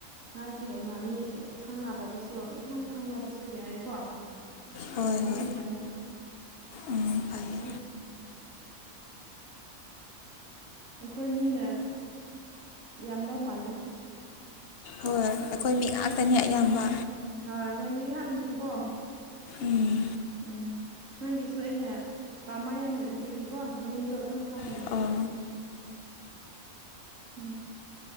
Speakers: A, on the right (about 65°); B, on the left (about 50°).
A: ꯍꯥꯏꯗꯤ ꯂꯩꯅ ꯃꯤ ꯈꯪꯅꯗꯕꯁꯨ ꯑꯗꯨꯝ ꯈꯪꯅꯕꯁꯨ ꯌꯥꯏꯀꯣ
B: ꯍꯣꯏ
A: ꯑꯗꯨꯝ
B: ꯍꯣꯏ
A: ꯐꯌꯦꯕ
B: ꯎꯝ ꯐꯩꯌꯦ
A: ꯑꯩ ꯑꯩꯈꯣꯏ ꯃꯤꯅ ꯌꯥꯝꯕ ꯃꯥꯜꯂꯤ
B: ꯍꯣꯏ ꯑꯩꯈꯣꯏ ꯃꯤ ꯉꯥꯛꯇꯅꯦ ꯑꯌꯥꯝꯕ
A: ꯍꯣꯏ ꯀꯃꯤ ꯁꯪꯗꯤ ꯀꯣ
B: ꯎꯝ
A: ꯎꯝ ꯅꯪꯒꯤꯁꯨ ꯑꯩꯅ ꯀꯃꯥꯏ ꯍꯦꯟꯅ ꯏꯕꯒꯤꯀꯣ ꯃꯃꯤꯡꯗꯣ ꯑꯗꯨꯝ ꯈꯪꯉꯦꯕ
B: ꯑꯣ
A: ꯎꯝ